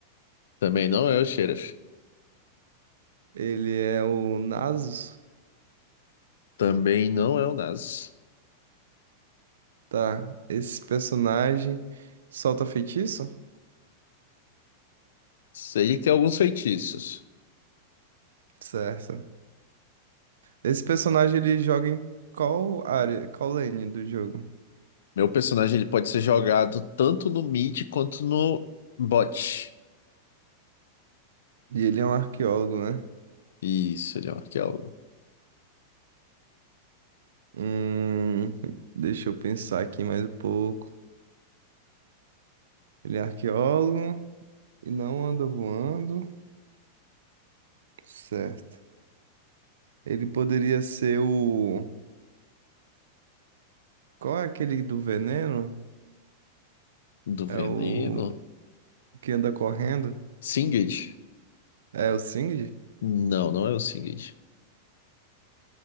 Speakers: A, on the left; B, on the right.
A: Também não é o Xerath.
B: Ele é o Nasus.
A: Também não é o Nasus.
B: Tá. Esse personagem solta feitiço?
A: Ele tem alguns feitiços.
B: Certo. Esse personagem ele joga em qual área, qual lane do jogo?
A: Meu personagem ele pode ser jogado tanto no mid quanto no bot.
B: E ele é um arqueólogo, né?
A: Isso, ele é um arqueólogo.
B: Hum, deixa eu pensar aqui mais um pouco. Ele é arqueólogo e não anda voando. Certo. Ele poderia ser o. Qual é aquele do veneno?
A: Do
B: É
A: veneno?
B: o o que anda correndo?
A: Singed?
B: É o Singed?
A: Não, não é o Singed.